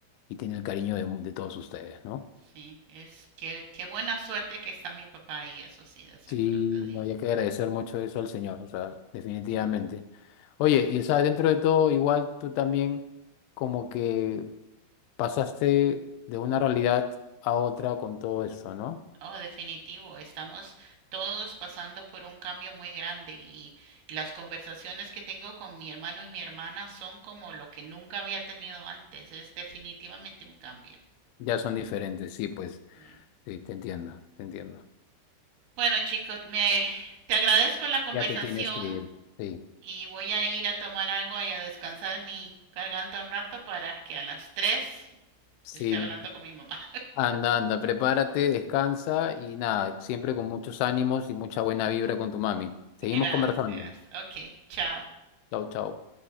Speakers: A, on the left (about 85°); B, on the right (about 75°).
A: y tiene el cariño de, mu- de todos ustedes, ¿no?
B: sí, es que qué buena suerte que está mi papá y eso sí, de seguro
A: Sí,
B: te digo.
A: no había que agradecer mucho eso al Señor, o sea, definitivamente. Oye, y o sea, dentro de todo, igual tú también como que pasaste de una realidad a otra con todo eso, ¿no?
B: Oh, definitivo, estamos todos pasando por un cambio muy grande y las conversaciones que tengo con mi hermano y mi hermana son como lo que nunca había tenido antes. Es definitivamente un cambio.
A: Ya son diferentes, sí, pues,
B: Sí.
A: sí, te entiendo, te entiendo.
B: Bueno, chicos, me, te agradezco la conversación.
A: Ya te tienes que ir, sí,
B: y voy a ir a tomar agua y a descansar mi garganta un rato para que a las 3
A: sí.
B: esté hablando con mi mamá.
A: Anda, anda, prepárate, descansa y nada, siempre con muchos ánimos y mucha buena vibra con tu mami.
B: <laughs>
A: Seguimos
B: Gracias.
A: conversando.
B: Ok, chao.
A: Chau, chau.